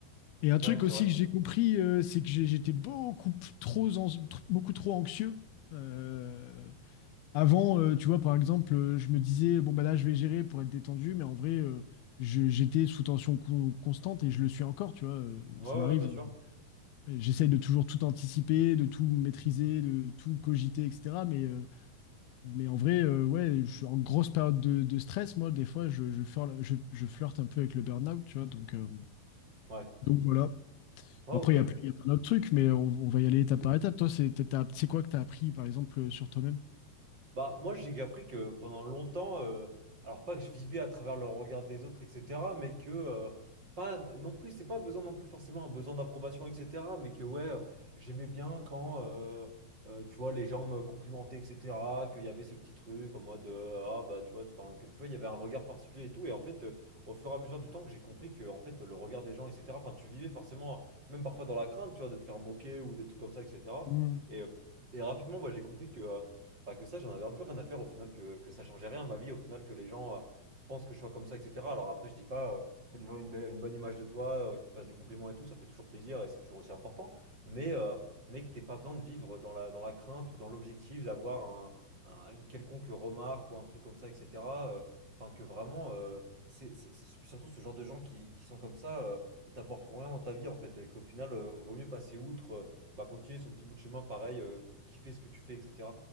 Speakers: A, on the left; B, on the right.
A: Et un
B: Ouais,
A: truc
B: c'est
A: aussi
B: vrai.
A: que j'ai compris, euh, c'est que j'ai- j'étais beaucoup p- trop, ans- tr- beaucoup trop anxieux. Euh, avant, euh, tu vois, par exemple, euh, je me disais, bon, bah là, je vais gérer pour être détendu, mais en vrai, euh, je- j'étais sous tension co- constante et je le suis encore, tu vois. euh,
B: Ouais,
A: ça m'arrive.
B: ouais, bien sûr.
A: euh, J'essaye de toujours tout anticiper, de tout maîtriser, de tout cogiter, etc. Mais, euh, mais en vrai, euh, ouais, je suis en grosse période de, de stress. Moi, des fois, je, je, flirte, je, je flirte un peu avec le burn-out, tu vois. Donc, euh,
B: Ouais.
A: donc voilà.
B: Ouais,
A: Après,
B: ok.
A: il y a, il y a plein d'autres trucs, mais on, on va y aller étape par étape. Toi, c'est t'as- t'as- c'est quoi que tu as appris, par exemple, sur toi-même?
B: Bah, moi, j'ai appris que pendant longtemps, euh, alors pas que je vivais à travers le regard des autres, etc., mais que euh, pas non plus, c'est pas besoin non plus forcément un besoin d'approbation, etc., mais que ouais, euh, j'aimais bien quand, euh, euh, tu vois, les gens me complimentaient, etc., qu'il y avait ce petit truc en mode euh, ah bah tu vois, enfin que tu vois, il y avait un regard particulier et tout, et en fait, euh, au fur et à mesure du temps que j'ai compris que en fait le regard des gens, etc., enfin tu vivais forcément, même parfois dans la crainte, tu vois, de te faire moquer ou des trucs comme ça, etc.
A: Hmm.
B: Et, euh, et rapidement, moi, j'ai compris que euh, bah, que ça, j'en avais un peu rien à faire au final, que, que ça changeait rien à ma vie, au final, que les gens euh, pensent que je sois comme ça, etc. Alors après, je dis pas euh, que les gens aient une belle, une bonne image de toi, euh, qu'ils te fassent des compliments et tout, ça fait toujours plaisir et c'est toujours aussi important, mais, euh, mais que t'aies pas besoin de vivre dans la, dans la crainte ou dans l'objectif d'avoir un- un- une quelconque remarque ou un truc comme ça, etc. euh, Enfin, que vraiment, euh, c'est c'est- c'est surtout ce genre de gens qui, qui sont comme ça, euh, ils t'apporteront rien dans ta vie en fait, et qu'au final, euh, vaut mieux passer outre, euh, bah, continuer son petit bout de chemin pareil, euh, kiffer ce que tu fais, etc